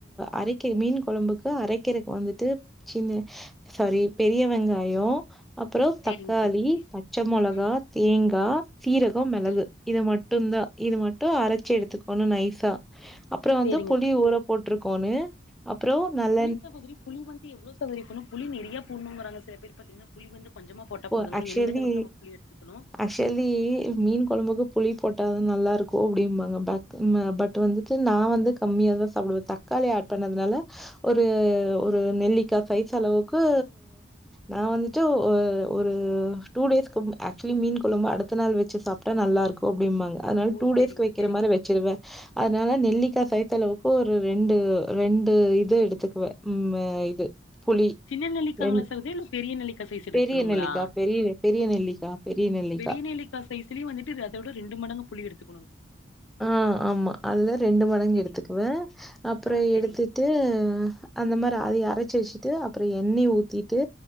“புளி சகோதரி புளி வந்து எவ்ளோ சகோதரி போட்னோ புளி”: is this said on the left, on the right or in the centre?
Left